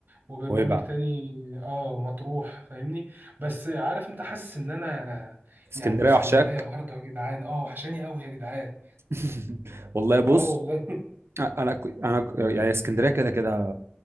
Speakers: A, on the right; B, on the right.
A: وبرنامج
B: نويبع
A: تاني اه مطروح فاهمني بس عارف انت حاسس ان انا
B: اسكندريه
A: يعني اسكندرية
B: وحشاك
A: برضو يا جدعان اه وحشاني قوي يا جدعان
B: <laughs> والله بص
A: اه والله
B: انا ك- انا ك- يعني اسكندريه كده كده